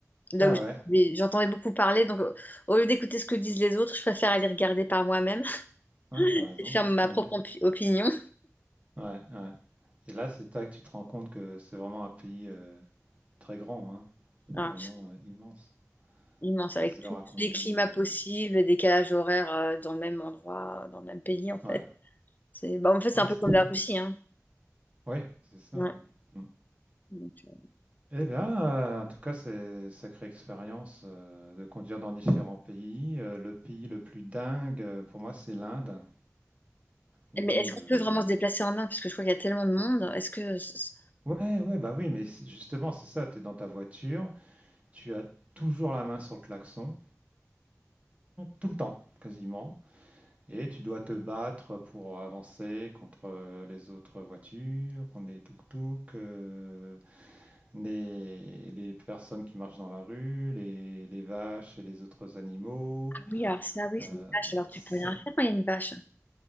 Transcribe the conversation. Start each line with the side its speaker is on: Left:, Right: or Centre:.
Left: là
Right: Ah
Left: où j'entendais
Right: ouais,
Left: j'entendais beaucoup parler. Donc, euh, au lieu d'écouter ce que disent les autres, je préfère aller regarder par moi-même
Right: ouais,
Left: <laughs>
Right: t'as raison.
Left: et faire ma
Right: Ouais,
Left: propre opi- opinion.
Right: ouais, ouais. Et là, c'est là que tu te rends compte que c'est vraiment un pays euh, très grand, hein,
Left: Ah,
Right: Vraiment
Left: c'est
Right: euh, immense.
Left: immense,
Right: Des
Left: avec tous
Right: heures à conduire.
Left: les climats
Right: euh.
Left: possibles, les décalages horaires euh, dans le même endroit, dans le même pays, en
Right: Ouais,
Left: fait. C'est, bah, en fait, c'est
Right: ouais,
Left: un peu
Right: c'est
Left: comme la
Right: fou.
Left: Russie,
Right: hein.
Left: hein.
Right: Oui, c'est ça,
Left: Ouais.
Right: ouais. Mm.
Left: Donc, euh,
Right: Eh bien, euh, en tout cas, c'est sacrée expérience euh, de conduire dans différents pays. Euh, le pays le plus dingue, euh, pour moi, c'est l'Inde. Où,
Left: Mais est-ce
Right: euh,
Left: qu'on peut vraiment se déplacer en Inde? Parce que je crois qu'il y a tellement de monde. Est-ce que... c- c-
Right: Ouais, ouais, bah oui, mais c'est- justement, c'est ça, tu es dans ta voiture, Tu as toujours la main sur le klaxon, tout le temps quasiment, et tu dois te battre pour avancer contre les autres voitures, contre les tuk-tuk, euh, les, les personnes qui marchent dans la rue, les, les vaches et les autres animaux.
Left: Ah oui, alors ça, oui,
Right: Euh,
Left: c'est des vaches. Alors tu
Right: c'est...
Left: peux rien faire quand il y a une vache.